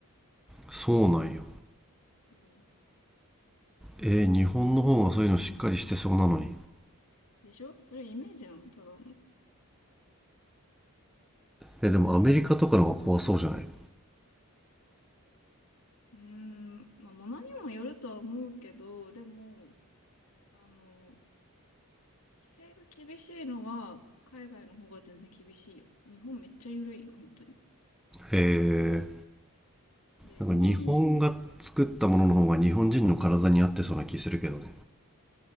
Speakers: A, in the centre; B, on the left (about 80°).
A: そうなんや
B: うん。
A: えー日本の方がそういうのしっかりしてそうなのに。
B: でしょそれイメージなの、ただの。
A: えーでもアメリカとかの方が怖そうじゃないへ
B: うーん、まあ、ものにもよるとは思うけど、でも、あの、規制が厳しいのは、海外の方が全然厳しいよ。日本めっちゃ緩いよ、本当に。
A: え。
B: で、
A: なんか日本が作ったものの方が日本人の体に合ってそうな気するけどね。
B: 日本、